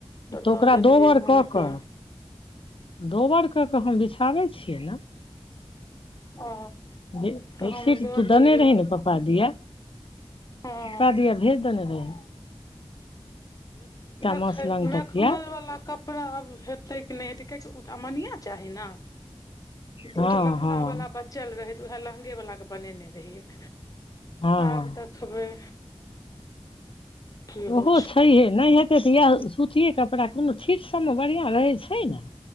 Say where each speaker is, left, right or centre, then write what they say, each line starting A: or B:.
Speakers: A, on the left; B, on the left.
A: तऽ
B: दऽ
A: ओकरा
B: देलियै
A: दोबर
B: हुनका
A: कऽ कऽ दोबर कऽ कऽ हम बिछाबै छियै ने
B: ओ
A: बे
B: तऽ हम
A: सिर्
B: दऽ
A: तू
B: देलियै
A: देने रहहि ने पप्पा दिया
B: हँ
A: पापा दिया भेज देने रहै
B: देखै
A: मसलंग
B: मेखमल
A: तकिया
B: वला क कपङा आब हेतै कि नहि हेतै कियकि ओ तऽ अमनिया चाही ने
A: हँ
B: ओ त लहँंगा
A: हँ
B: बला बच्चा चल रहै तऽ उएह लहंगे वला के बनेने रहियै
A: हँ
B: आब देखबै की होइ
A: ओहो छै है नहि ह एते तऽ इएह सूति कपड़ा कोनो छीट सबमे बढ़िआं रहै छै ने